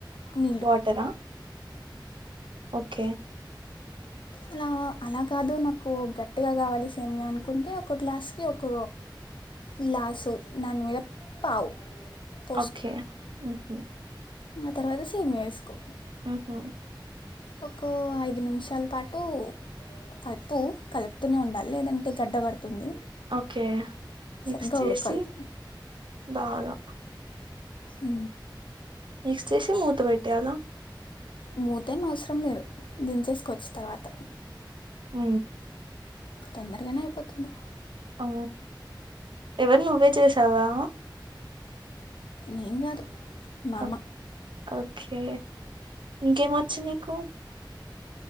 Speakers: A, on the left; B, on the right.
A: నీళ్ళు
B: వాటరా ఓకే
A: అలా అలా కాదు నాకు గట్టిగా కావాలి సేమియ అనుకుంటే ఒక గ్లాస్కి ఒక గ్లాసు దాని మీద పావు పోసుకో
B: ఓకే ఊహూ
A: ఆ తర్వాత సేమియా వేసుకో
B: ఊహూ
A: ఒకో ఐదు నిమిషాలు పాటు కలుపు కలుపుతూనే ఉండాలి లేదంటే గడ్డ గడుతు
B: ఓకే. మిక్స్
A: సరిగ్గా
B: చేసి
A: ఉడకాలి
B: బాగా
A: ఊ
B: మిక్స్ చేసి మూత పెెట్టాల
A: మూతే ఏం అవసరం లేదు దించేసుకవచ్చి తర్వాత
B: అ
A: తొందరగానే అయిపోతుంది
B: అ ఎవరి నువ్వే చేసావా
A: నేను కాదు మామ్మ
B: ఓ ఓకే ఇంకేమ వచ్చు నీకు